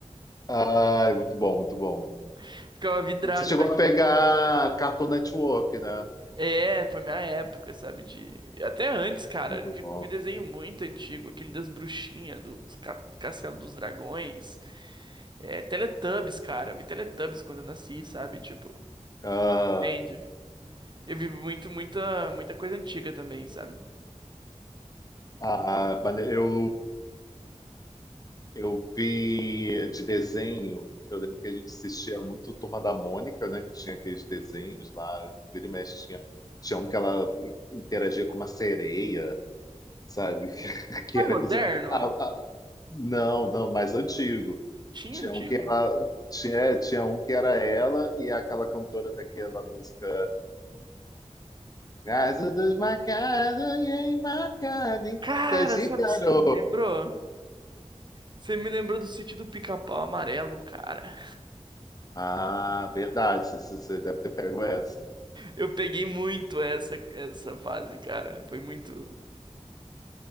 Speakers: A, on the left; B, on the right.
A: Ai, muito bom, muito bom.
B: <laughs> Ficava vidrado
A: Você chegou a pegar Cartoon Network, né?
B: É, foi minha época, sabe? De. Até antes, cara,
A: Muito
B: de,
A: bom.
B: de desenho muito antigo, aquele das bruxinhas, dos ca- Castelo dos Dragões. É, Teletubbies, cara. Eu vi Teletubbies quando eu nasci, sabe? Tipo,
A: Ah,
B: entende? Eu vi muito, muita, muita coisa antiga também, sabe?
A: ah, mane- eu, eu vi de desenho. Eu lembro que a gente assistia muito Turma da Mônica, né? Que tinha aqueles desenhos lá. Vira e mexe tinha, tinha um que ela interagia com uma sereia, sabe? que
B: Mas
A: era
B: moderno?
A: inclusive aquela- a- a- não, não, mais antigo.
B: Tinha
A: Tinha
B: antigo?
A: um que ela tinha, tinha um que era ela e aquela cantora daquela música Casa desmarcada e enmarcada em cartas
B: Cara,
A: de
B: sabe
A: carol.
B: o que você me lembrou? Você me lembrou do sítio do Pica-Pau Amarelo, cara.
A: Ah, verdade, você você deve ter pego essa.
B: Eu peguei muito essa, essa fase, cara. Foi muito.